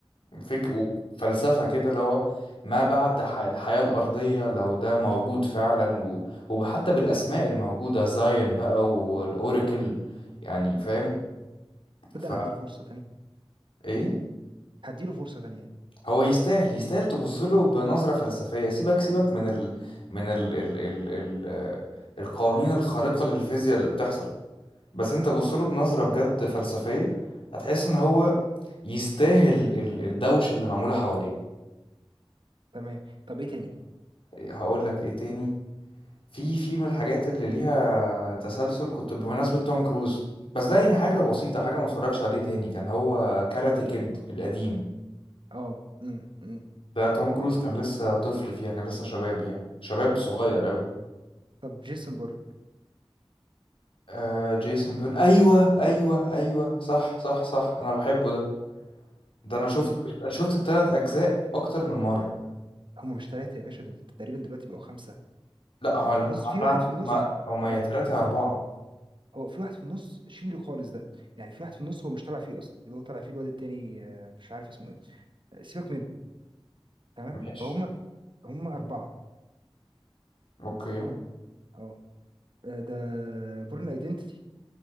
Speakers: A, on the left; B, on the right.
A: فك
B: مم.
A: وفلسفة كده اللي هو ما بعد ح- الحياة الأرضية لو ده موجود فعلا و... وحتى بالأسماء الموجودة زاين بقى والأوراكل يعني فاهم
B: تبدا
A: فا
B: انا هديله فرصه تانية
A: إيه
B: هديله فرصه تانية
A: هو يستاهل يستاهل تبص له بنظرة فلسفية سيبك سيبك من ال... من ال... ال... ال... ال... آه، القوانين الخارقة للفيزياء اللي بتحصل بس أنت بص له بنظرة بجد فلسفية هتحس إن هو يستاهل ال... الدوشة اللي معمولة حواليه
B: تمام طب ايه تاني
A: فهقول لك إيه تاني في في من الحاجات اللي ليها تسلسل كنت بمناسبة توم كروز بس ده يعني حاجة بسيطة حاجة ما اتفرجش عليه تاني كان هو كاراتي كيد القديم
B: اه امم امم
A: ده توم كروز كان لسه طفل فيها كان لسه شباب يعني شباب
B: لا
A: صغير قوي
B: طب جيسون بورن
A: آه جيسون بيرن ايوه ايوه ايوه صح صح صح انا بحبه ده ده انا شفت
B: تقيل
A: شفت التلات اجزاء اكتر من مرة
B: هم مش ثلاثه يا باشا دول تقريبا دلوقتي بقوا خمسه
A: لا هو
B: آه
A: لا
B: بص في
A: لا،
B: واحد في النص
A: هما هما
B: اه
A: يا تلاتة يا اربعة
B: هو في واحد في النص شيله خالص ده يعني في واحد في النص هو مش طالع فيه اصلا اللي هو طالع فيه الواد التاني آه مش عارف اسمه ايه آه، سيبك منه تمام
A: ماشي
B: فهم هم أربعة
A: اوكي
B: أربعة اه آه، ده بورن ايدنتيتي